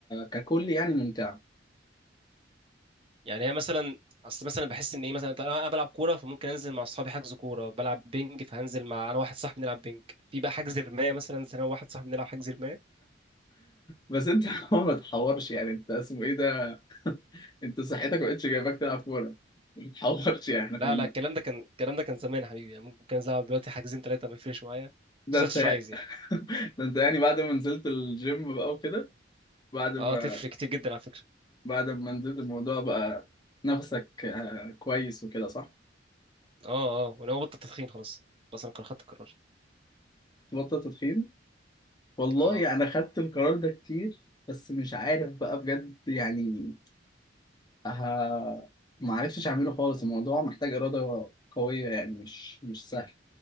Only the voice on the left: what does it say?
ككل يعني ممتعة
بس انت <laughs> ما تحورش يعني انت اسمه ايه ده انت صحتك ما بقتش جايباك تلعب كوره ما بتحورش يعني احنا
كنا
ده
انت
<laughs>
ده انت يعني بعد ما نزلت الجيم بقى وكده بعد ما
بعد ما نزلت الموضوع بقى نفسك آه، كويس وكده صح؟
تبطل تدخين؟ والله
انا خدت القرار ده كتير بس مش عارف بقى بجد يعني ها ما عرفتش اعمله خالص الموضوع محتاج إرادة قوية يعني مش مش سهل